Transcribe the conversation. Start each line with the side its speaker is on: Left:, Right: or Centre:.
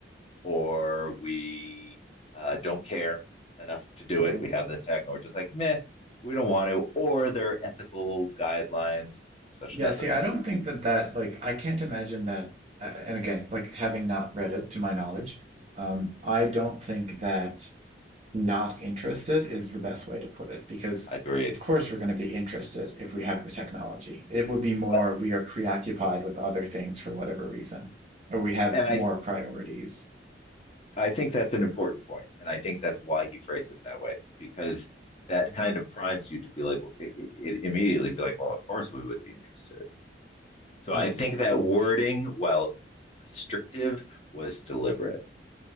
Left: or we uh, don't care enough to do it.
Right: Uh,
Left: We have the tech, and we're just like, meh, we don't want to. Or there are ethical guidelines because we're such
Right: Yeah,
Left: an ethical
Right: see, I
Left: species.
Right: don't think that that like I can't imagine that. Uh, and again, like having not read it to my knowledge, um, I don't think that not interested is the best way to put it because
Left: I Agreed.
Right: of course we're going to be interested if we have the technology. It would be more
Left: Well,
Right: we are preoccupied with other things for whatever reason, or we have
Left: and I
Right: more priorities.
Left: I think that's an important point, point. and I think that's why he phrased it that way because that
Right: Mm.
Left: kind of primes you to be like, it, it immediately be like, well, of course we would be interested. So
Right: Hmm,
Left: I think that wording, while restrictive, was deliberate.